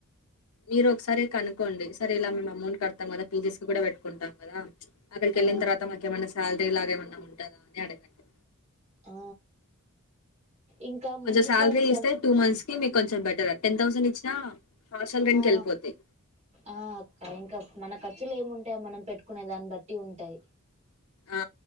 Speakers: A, on the left (about 70°); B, on the right (about 30°).
A: మీరు ఒకసారి కనుకోండి సరే ఇలా మేము అమౌంట్ కడతాం కదా పీజీస్ కి కూడా పెట్టుకుంటాం కదా అక్కడికి వెళ్ళిన
B: ఆ
A: తర్వాత మాకు ఏమన్నా శాల ఇలాగ ఏమన్నా ఉంటదా అని అడగండి
B: ఆ ఇంకా
A: కొంచెం
B: ముందుసారి
A: శాలరీ
B: సం
A: ఇస్తే టూ మంత్స్ కి మీకు కొంచెం బె టెన్ తౌసండ్ ఇచ్చినా హాస్టల్ రెంట్‌కెళ్ళిపోతాయి.
B: ఆ ఆ అక్క ఇంకా మనం ఖర్చులు ఏముంటాయ మనం పెట్టుకునే దాన్ని బట్టి ఉంటాయి
A: ఆ